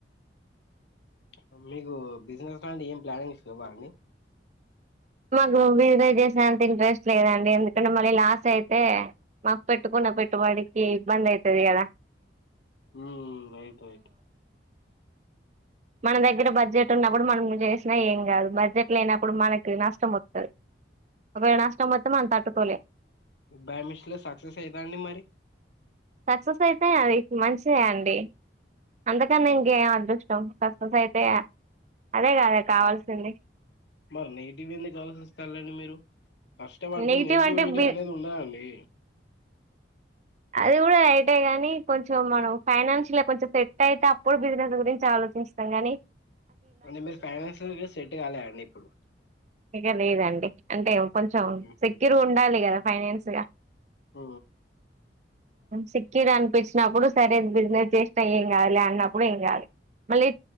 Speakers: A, on the left; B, on the right.
A: అ మీకూ బిజినెస్ లాంటి ఏం ప్లానింగ్స్ లెవ్వాండి
B: మాకు బిజినే జేసేంత ఇంట్రెస్ట్ లేదండి ఎందుకంటే మళ్ళీ లాస్ అయితే మాక్ పెట్టుకు న్న పెట్టుబడికీ ఇబ్బందైతది గద
A: ఊమ్ రైట్ రైటు
B: మన దగ్గర బడ్జెటున్నప్పుడు మనం జేష్నా ఏంగాదు బడ్జెట్ లేనప్పుడు మనకు నష్టం వొత్తది ఒకవేళ నష్టం వొత్తె మనం తట్టుకోలేం
A: బై మిస్టేక్ సక్సెస్ అయితే అండి మరి
B: సక్సెసయితే అది మంచిదే అండి అంతకన్న ఇంకేం అదృష్టం సక్ససైతే య అదే గద కావాల్సింది
A: మరి నెగిటివెందుకాలోస్తాళ్ళండి మీరు కష్టపడితే
B: నెగిటివ్
A: నెగిటివిటీ
B: అంటే బి
A: అనేదుండదండీ
B: అది గూడ రైటే గనీ కొంచెం మనం ఫైనాన్షియల్ కొంచం సెట్టయితే అప్పుడు బిజినెస్ గురించి ఆలో చిస్తంగని
A: అంటె మీరు ఫైనాన్షియల్గా సెట్టుగాలే అండి ఇప్పుడు
B: ఇగ లేదండి అంటే కొంచం
A: మ్మ్
B: సెక్యూర్గుండాలి గదా ఫైనాన్స్గా
A: ఊ
B: సెక్యూరనిపిచ్చినప్పుడు సరే బిజినెస్ జేష్నా ఏంగాదులే అన్నప్పుడు ఏంగాదు మళ్ళీ